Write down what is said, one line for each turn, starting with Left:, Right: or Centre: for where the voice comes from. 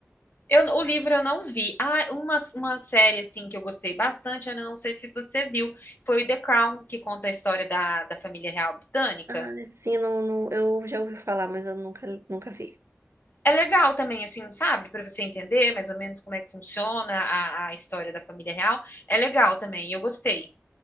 Left: Eu, o livro eu não vi. Ah, uma, uma série assim que eu gostei bastante, Ana, não sei se você viu, foi The Crown, que conta a história da, da família real britânica.
Right: Ah, sim, não, não, eu já ouvi falar, mas eu nunca, nunca vi.
Left: É legal também, assim, sabe? Para você entender mais ou menos como é que funciona a, a história da família real. É legal também, eu gostei.